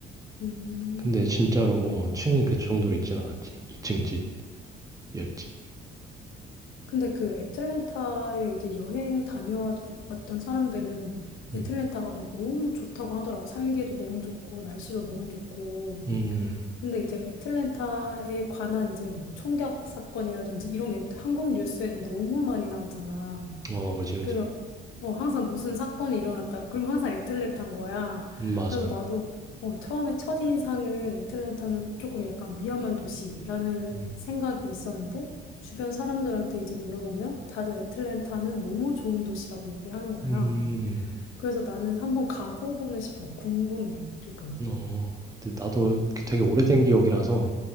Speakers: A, on the left; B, on the right.
A: 음,
B: 근데 진짜로
A: 그렇구나.
B: 뭐, 어, 층이 그 정도로 있진 않았지. 2층 집이었지.
A: 근데 그 애틀랜타에 이제 여행 다녀왔던 사람들은
B: 음,
A: 애틀랜타가 막 너무 좋다고 하더라고. 살기도 너무 좋고, 날씨도 너무 좋고.
B: 음,
A: 근데 이제 애틀랜타에 관한 이제 뭐 총격 사건이라든지 이런 게 한국 뉴스에는 너무 많이 나오잖아.
B: 음. 어, 그지, 그지.
A: 그래서 어, 항상 무슨 사건이 일어났다. 그럼 항상 애틀랜타인 거야.
B: 음, 맞아.
A: 그래서 나도 어, 처음에 첫인상은 애틀랜타는 조금 약간 위험한 도시라는
B: 음,
A: 생각이 있었는데 주변 사람들한테 이제 물어보면 다들 애틀랜타는 너무 좋은 도시라고 얘기를 하는 거야.
B: 음,
A: 그래서 나는 한번 가보고는 싶어. 궁금해, 조금.
B: 음. 어. 근데 나도 되게 오래된 기억이라서,